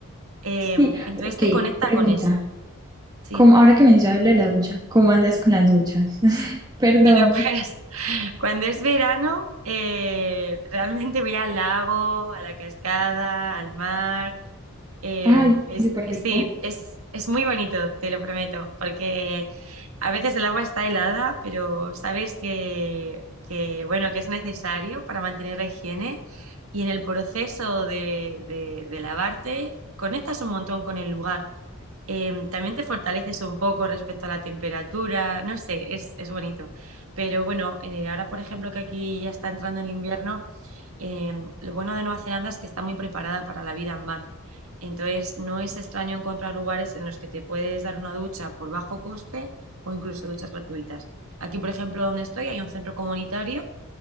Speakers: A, on the right (about 75°); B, on the right (about 15°).
A: Eh,
B: Sí,
A: entonces
B: ok,
A: te conecta
B: pregunta.
A: con eso, sí.
B: Como, ahora que mencionas lo de la ducha, ¿cómo haces con las duchas? <laughs> Perdón.
A: bueno pues <laughs> cuando es verano, eh, realmente voy al lago, a la cascada, al mar Eh,
B: Ay,
A: es,
B: súper
A: sí,
B: rico.
A: es, es muy bonito, te lo prometo, porque a veces el agua está helada, pero sabes que, que, bueno, que es necesario para mantener la higiene y en el proceso de, de, de lavarte conectas un montón con el lugar. Eh, también te fortaleces un poco respecto a la temperatura, no sé, es, es bonito. Pero bueno, eh, ahora por ejemplo que aquí ya está entrando el invierno. Eh, lo bueno de Nueva Zelanda es que está muy preparada para la vida en van. Entonces, no es extraño encontrar lugares en los que te puedes dar una ducha por bajo coste o incluso duchas gratuitas. Aquí, por ejemplo, donde estoy, hay un centro comunitario,